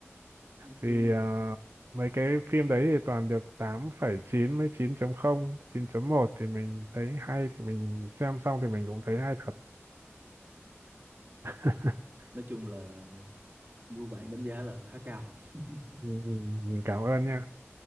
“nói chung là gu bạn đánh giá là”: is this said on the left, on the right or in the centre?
Right